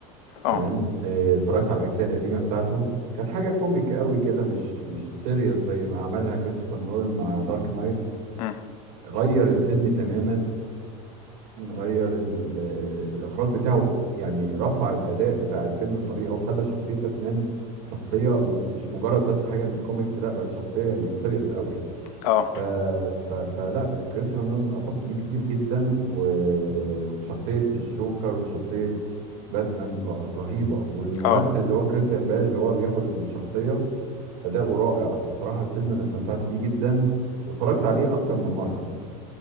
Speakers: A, on the left; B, on the right.
A: اه
B: تمام آه، اتفرجت على الاجزاء القديمه بتاعته كانت حاجه كوميك قوي كده مش مش سيريس زي ما عملها كريستوفر نولان مع دارك نايت
A: مم،
B: غير الفيلم تماما غير ال- آه، الاخراج بتاعه يعني رفع الاداء بتاع الفيلم بطريقه وخلى شخصيه باتمان شخصيه م- مش مجرد بس حاجه من الكوميكس لا بقت شخصيه يعني سيريس قوي
A: اه
B: ف... ف... فلا كريستوفر نولان اضاف ليه كتير جدا و... وشخصيه الجوكر وشخصيه باتمان ر- رهيبه والممثل
A: اه
B: اللي هو كريستيان بيل اللي هو بياخد الشخصيه اداؤه رائع بصراحه الفيلم انا استمتعت بيه جدا واتفرجت عليه اكتر من مره